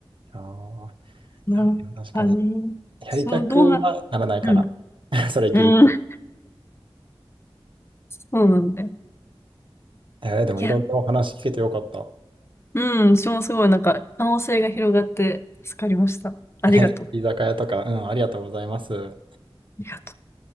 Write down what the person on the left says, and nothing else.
なんかね、
そう、どうな、うん、
うん、そうなんだよ。
いや、うん、私もすごいなんか可能性が広がって助かりました。ありがとう。
あ
りがとう。